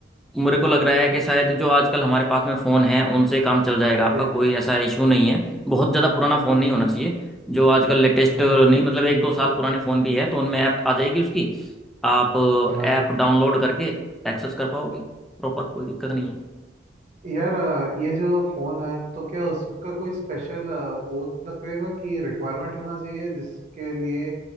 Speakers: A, in the centre; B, on the right (about 40°).
A: मेरे को लग रहा है कि शायद जो आजकल हमारे पास में फ़ोन है उनसे काम चल जाएगा
B: जी
A: आपका कोई ऐसा इशू नहीं है बहुत ज़्यादा पुराना फ़ोन
B: अच्छा
A: नहीं होना चाहिए जो आजकल लेटेस्ट
B: हाँ
A: नहीं मतलब एक दो साल पुराने फ़ोन भी है तो उनमें ऐप आ जाएगी उसकी आप
B: हाँ
A: ऐप डाउनलोड करके एक्सेस कर पाओगे प्रॉपर कोई दिक्कत नहीं है
B: यार अ, ये जो फ़ोन है तो क्या उसका कोई स्पेशल वो लगेगा कि रिक्वायरमेंट होना चाहिए जिसके लिए